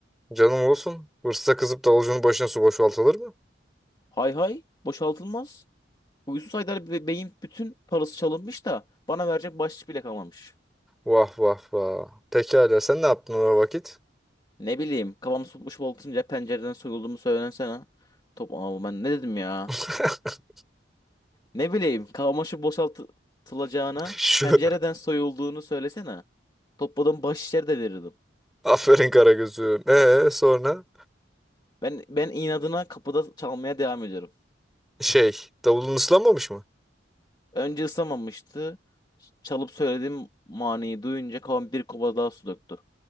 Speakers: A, in the centre; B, on the left.
A: Canım olsun. Hırsıza kızıp davulcunun başına su boşaltılır mı?
B: Hay hay boşaltılmaz. Huysuz Haydar Be- Bey'in bütün parası çalınmış da bana verecek bahşiş bile kalmamış.
A: Vah vah vah. Pekala sen ne yaptın o vakit?
B: Ne bileyim kafamı futboş atınca pencereden soyulduğumu söylensene. Top ama ben ne dedim ya?
A: <laughs>
B: Ne bileyim kafama şu boşaltılacağına
A: Şu
B: pencereden soyulduğunu söylesene. Topladım baş içeri de verirdim.
A: aferin Karagöz'üm. Ee sonra
B: Ben ben inadına kapıda çalmaya devam ediyorum.
A: şey davulun ıslanmamış mı?
B: Önce ısınamamıştı. Çalıp söylediğim maniyi duyunca kafam bir kova daha su döktü.